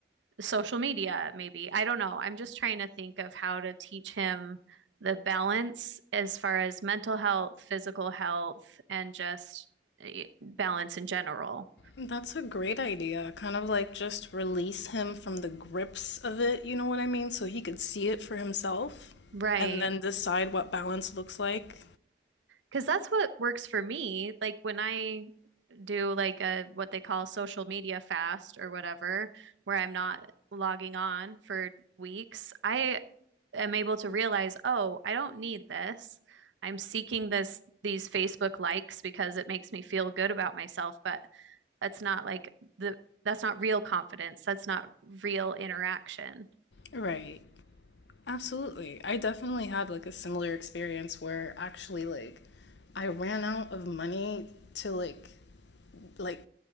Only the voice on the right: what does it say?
social media, maybe. I don't know. I'm just trying to think of how to teach him the balance as far as mental health, physical health, and just eh, balance in general.
Right.
Because that's what works for me. Like when I do like a what they call social media fast or whatever, where I'm not logging on for weeks, I am able to realize, oh, I don't need this. I'm seeking this these Facebook likes because it makes me feel good about myself, but that's not like the that's not real confidence. That's not real interaction.